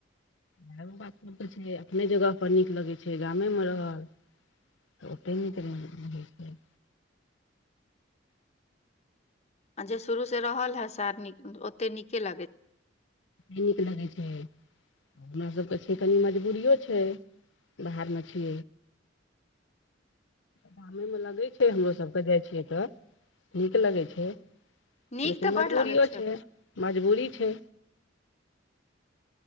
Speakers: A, on the left; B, on the left.
A: माय बाप सब कहै छै, अपने जगह पर नीक लगैत छै, गामे रहल। तऽ ओते निक रहै होइ छै।
B: आ जे शुरू से रहल हे, से आओर ओते नीके लगे।
A: नीक लगै छै। हमरा सभके कनि मजबूरीयो छै, बाहरमे छी। गामे में लगै छै, हमरो सभके जाइ छियै तऽ। नीक लगै छै,
B: नीक
A: लेकिन
B: तऽ
A: मजबूरीयो
B: बड लगै छै
A: छै।